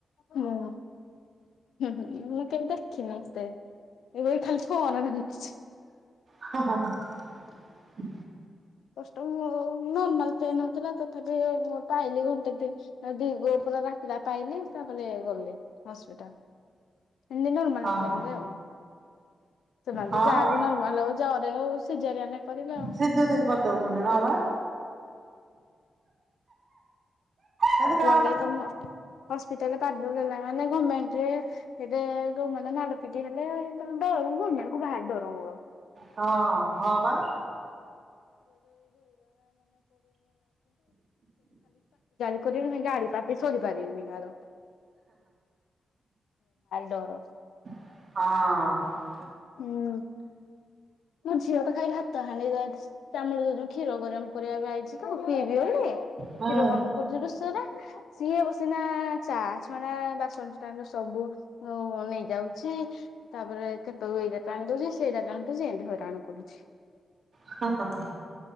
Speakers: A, on the left (about 80°); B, on the right (about 60°).
A: ହଁ ମୁଁ କେବେ ଦେଖିନି ସ୍ତେ ଏବେ ଖାଲିଠୁ ଅନାଟା ଦେଖିଛି।
B: ହଁ ହଁ ହ।
A: କଷ୍ଟ ନର୍ମାଲ ପେନ୍ ହେଥିଲା ତଥାପି ମୁଁ ପାଇଲି ଘଣ୍ଟେ ଦିନ ଦିଘ ପୁରା ରାତିିଲା ପାଇଲି ତାପରେ ଗଲି ହସ୍ପିଟାଲ। ଏମତି ନର୍ମାଲ
B: ହଁ
A: ପେନ
B: ହଁ
A: ରେ ଆଉ, ସେମାନେ
B: ହଁ
A: ତ ଯାହା ବି ନର୍ମାଲ ହଉ ଜରେ ହଉ ସିଝ ନେ କରିବେ ଆଉ।
B: ସିଜରିଙ୍ଗ କରିଦଉଛନ୍ତି ହଁ ବା ଯଦି କାହା
A: ଗଲେ ତ ହସ୍ପିଟାଲରେ ମାନେ <unintelligible> ଗଭର୍ମେଣ୍ଟରେ ଏବେ ଯୋଉମାନେ ମାଡ଼ ପିଟି ହେଲେ ଡର ଗମେଣ୍ଟକୁ ଭାରି ଡର ମୋର
B: ହଁ ହଁ ବା
A: <unintelligible> <unintelligible> କରିବୁ ଗାଳି ପାଟିି ସହି ପାରିବିନି କାହାର। ଡର।
B: ହଁ।
A: ହୁଁ। ମୋ ଝିଅ ତା ଖାଇଲି ହାତ ହାଣ୍ଡି ବାଜୁଛି ତାମୁଳେ ଯଉ କ୍ଷୀର ଗରମ କରିବା ପାଇଁ ଆଇଛି ତା ପିଇବି ବୋଲି। କ୍ଷୀର
B: ହୁଁ
A: ଗରମ କରୁଛି ରୁସରେ ସିଏ ସିନା ଚା ଛଣା ବାସନଷ୍ଟାଣ୍ଡ ରୁ ସବୁ ନେଇଯାଉଛି। ତାପରେ କେତବେଳକୁ ଏଇଟା ଟାଣି ଦଉଛି ସେଇଟା ଟାଣି ଦଉଛି ଏମିତି ହଇରାଣ କରୁଛି।
B: ହଁ ହଁ।